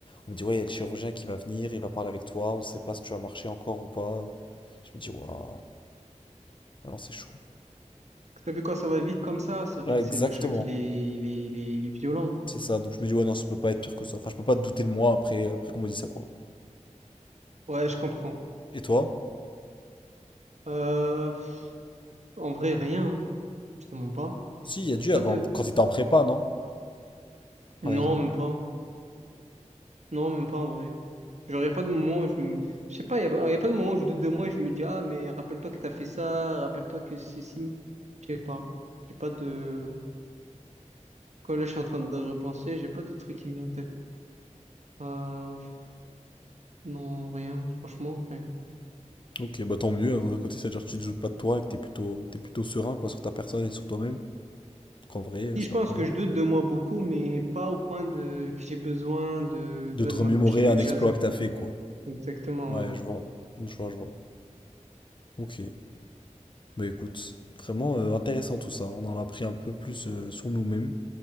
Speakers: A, on the left (about 40°); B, on the right (about 65°).
A: On me dit, ouais, il y a le chirurgien qui va venir, il va parler avec toi. On sait pas si tu vas marcher encore ou pas. Je me dis, waouh, Ah non, c'est chaud.
B: T'as vu quand ça va vite comme ça, c'est vrai
A: Ouais,
B: que
A: exactement.
B: c'est le choc, il est, il est, il est, il est violent. hein.
A: C'est ça, donc je me dis, ouais, non, ça peut pas être pire que ça. Enfin, je peux pas douter de moi après, après qu'on me dise ça, quoi.
B: Ouais, je comprends.
A: Et toi?
B: Euh, pff, en vrai, rien. hein. Je te mens pas.
A: Si, il y a dû
B: J'ai pas
A: avoir,
B: de.
A: quand t'étais en prépa, non? Par
B: Non,
A: exemple.
B: même pas. Non, même pas en vrai. J'aurais pas de moment où je me. Je sais pas, y a, pas y a pas de moment où je doute de moi et je me dis, ah, mais rappelle-toi que t'as fait ça, rappelle-toi que ceci. Je sais pas. J'ai pas de. Quand là, je suis en train de repenser, j'ai pas de truc qui me vient en tête. Euh, pff, non, rien, franchement, rien.
A: Ok, bah tant mieux, hein, d'un autre côté, c'est-à-dire que tu te doutes pas de toi et que t'es plutôt, t'es plutôt serein, quoi, sur ta personne et sur toi-même. Qu'en vrai, euh,
B: Si,
A: c'est
B: je
A: pas
B: pense
A: plus
B: que
A: mal.
B: je doute de moi beaucoup, mais pas au point de que j'ai besoin de,
A: De
B: tu vois,
A: te
B: de
A: remémorer
B: m'accrocher à quelque
A: un exploit
B: chose.
A: que t'as fait, quoi.
B: Exactement,
A: Ouais,
B: ouais.
A: je vois. Je vois, je vois. Ok. Bah écoute, vraiment euh, intéressant tout ça. On en a appris un peu plus euh, sur nous-mêmes